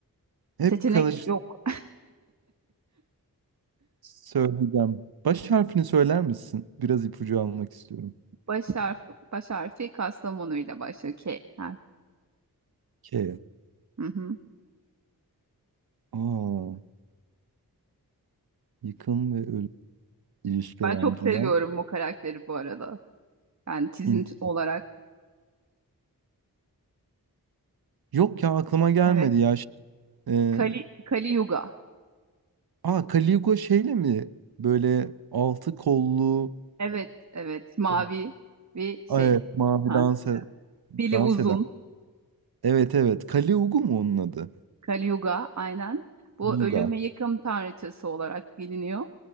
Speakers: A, on the right (about 75°); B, on the right (about 50°).
A: Hep
B: Seçenek
A: kalır
B: yok.
A: söyleyeceğim. Baş harfini söyler misin? Biraz ipucu almak istiyorum.
B: <laughs> Baş harfi, baş harfi Kastamonu ile başlıyor. K harfi.
A: K.
B: Hı hı.
A: Aa, yıkım ve ölüm ilişkilendirilen
B: Ben çok seviyorum bu karakteri bu arada. Yani çizim
A: Hint.
B: olarak.
A: Yok ya aklıma gelmedi
B: Evet.
A: ya. Şey, E,
B: Kali, Kali Yuga.
A: aa Caligo şeyle mi? Böyle altı kollu
B: Evet, evet. Mavi
A: e,
B: bir şey.
A: evet, mavi
B: Tanrıça.
A: dans, e-
B: Dili
A: dans
B: uzun.
A: eden. Evet evet. Kali Ugu mu onun adı?
B: Kali Yuga aynen. Bu
A: Uga.
B: ölüm ve yıkım tanrıçası olarak biliniyor.